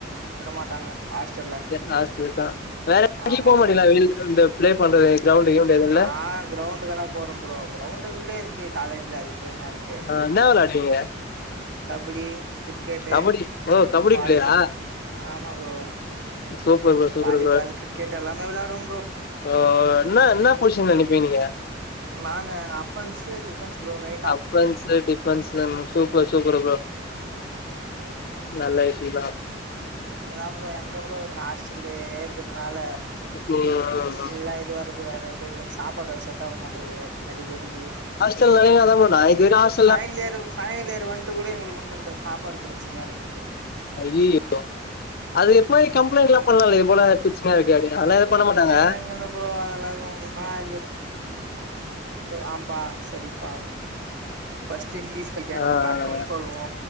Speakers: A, on the right (about 65°); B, on the left (about 50°).
A: விட மாட்டாங்க ஹாஸ்டல்ல
B: லாஸ்ட் வீக்கா வேற எங்யு
A: ஆமா
B: போக மாட்டிங்களா
A: ப்ரோ
B: வெளிய இந்த பிளே பண்றது கிரௌண்ட் கிரவுண்ட் கிவுண்ட் எதுல்ல
A: ஆ கிரௌண்டுக்கெல்லா போறோ ப்ரோ கிரௌண்ட் உள்ளே இருக்கு காலேஜ்ல அதுக்கு போய் என்ன இருக்கு
B: ஆ இன்னா விளாட்டீங்க
A: கபடி கிரிக்கெட்டு
B: கபடி ஓ கபடி
A: வாலிபாலு
B: பிளேயரா
A: ஆமா bro
B: super bro super
A: volleyball cricket எல்லாமே விளாடுவோ ப்ரோ
B: ஆ நா நா பொசிஷன்ல நிப்பிங்க நீங்க
A: நா அப்பன்சு டிப் டிபென்ஸ் ப்ரோ ரை
B: அஃப்ன்ஸ் டிப் டிபென்ஸ்ன்னா இன்னும் சூப்பர் சூப்பர் ப்ரோ நல்ல விஷயு தா
A: நீங்கதா ப்ரோ எங்க ப்ரோ எங்க ஆஸ்டல்லியே இருக்கிறதுனால
B: ம்
A: ஃபுல்லா இதுவா இருக்கு வேற எதுவு இல்ல சாப்பாடு வேற செட்டாவ மாட்டங்கிது அடிக்கடிக்கு
B: சில நேரோ அதான் ப்ரோ நா இப்ப இருக்க as
A: final year final year வந்ட்டு கூட எங்களுக்கு உன்னு இந்த சாப்பாடு பிரச்சனையா இருக்கு ப்ரோ
B: அய்யயோ அதுக்கு போய் கம்பளைண்ட்ளா
A: ம்
B: பண்ணலா இது போல பிரச்சனையா இருக்கு அப்டின்னு
A: கம்ப்ளைண்ட்
B: அதா எது பண்ண மாட்டாங்க
A: பண்ணா எங்கருந்து ப்ரோ அதெல்லா ஒன்னூ ஆது ஆ பா சரிப்பா ஃப்ர்ஸ்ட் இங்கிலீஸ் கல்க்கியனம்
B: ஆ
A: நம்ம காட்டுறோன்னு சொல்வோ